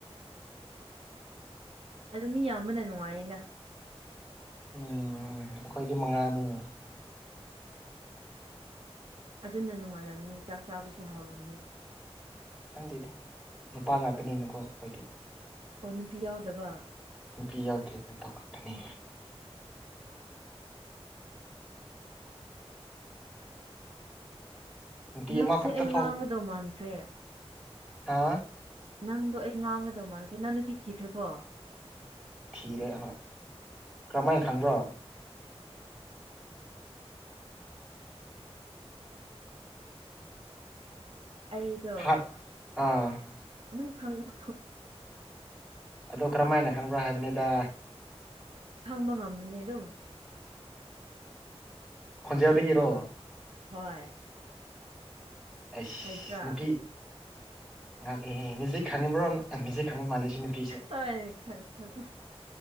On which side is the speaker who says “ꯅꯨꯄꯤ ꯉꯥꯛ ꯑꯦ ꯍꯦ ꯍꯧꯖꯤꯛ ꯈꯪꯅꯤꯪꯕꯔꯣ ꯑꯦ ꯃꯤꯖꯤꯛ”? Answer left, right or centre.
Centre